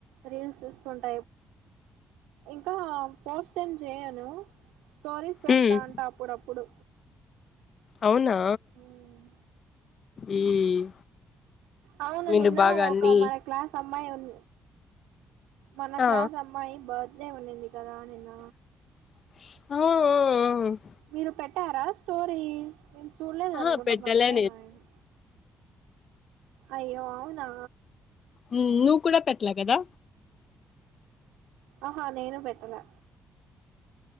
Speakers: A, on the right; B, on the left.
A: రీల్స్ చూస్తుంట ఇంకా పోస్ట్ ఎమ్ చేయను స్టోరీస్ పెడతా
B: ఉమ్
A: అంట అప్పుడప్పుడు
B: అవునా
A: ఉమ్
B: ఉమ్
A: అవును
B: మీరు
A: నిన్న
B: బాగా అన్ని
A: ఒక మన క్లాస్ అమ్మాయి ఉం మన క్లాస్
B: ఆ
A: అమ్మాయి బర్త్డే ఉన్నింది కదా నిన్న
B: ఆ ఆ ఆ
A: మీరు పెట్టారా స్టోరీ నేను చూడలేదు
B: ఆహా
A: అనుకుంటా
B: పెట్టలే
A: మర్చిపోయినా నేను అయ్యో అవునా
B: నువ్వు కూడా పెట్టలా కదా
A: ఆహా నేను పెట్టలా